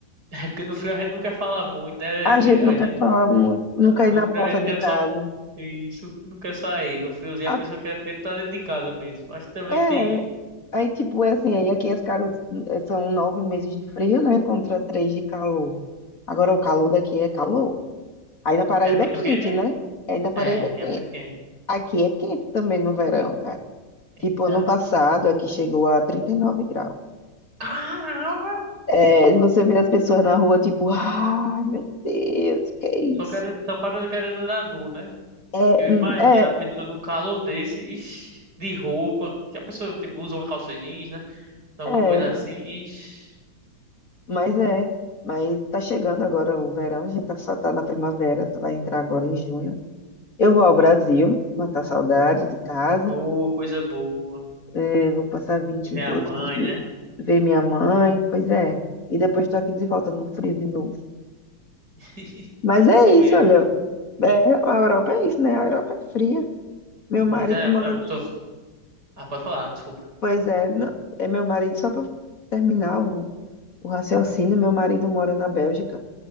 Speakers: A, on the right; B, on the left.
A: É porque no frio a gente não quer falar muito, né?
B: A
A: É meio,
B: gente
A: a
B: não quer
A: gente,
B: falar muito, não
A: ah,
B: quer ir
A: no
B: na
A: frio
B: porta
A: a gente
B: de
A: quer
B: casa.
A: só isso, não quer sair. No friozinho
B: A-
A: a pessoa quer tempo estar dentro de casa mesmo. Acho que também
B: É,
A: tem isso.
B: aí tipo, é assim, aí aqui as casas eh, são nove meses de frio, né? Contra três de calor. Agora o calor daqui é calor. Aí na Paraíba
A: É muito
B: é quente,
A: quente?
B: né? Aí na Paraíba
A: É, aqui
B: é quente.
A: é muito quente.
B: Aqui é quente também no verão, cara.
A: Eita.
B: Tipo, ano passado aqui chegou a 39 graus.
A: Caramba!
B: É, você vê as pessoas na rua, tipo, ai meu Deus, que é isso?
A: Só querendo, só falta querendo andar nu, né?
B: É,
A: Eu imagino
B: hum, é,
A: a pessoa no calor desse, ixi, de roupa, que a pessoa tipo, usa uma calça jeans, né? Alguma
B: é,
A: coisa assim, ixi,
B: mas é. Mas tá chegando agora o verão, a gente tá, só tá na primavera, tu vai entrar agora em junho. Eu vou ao Brasil, matar saudade de casa.
A: ô, coisa boa.
B: É, vou passar vinte
A: E vem
B: e dois
A: a mãe,
B: de
A: né?
B: ver minha mãe, pois é. E depois estou aqui de volta no frio de novo.
A: <laughs>
B: Mas
A: Mas é
B: é
A: assim
B: isso,
A: mesmo.
B: olha. É, a Europa é isso, né? A Europa é fria. Meu marido
A: Mas é, a
B: mora.
A: pessoa. Ah, pode falar, desculpa.
B: Pois é, não- é meu marido, só para terminar o, o raciocínio, meu marido mora na Bélgica.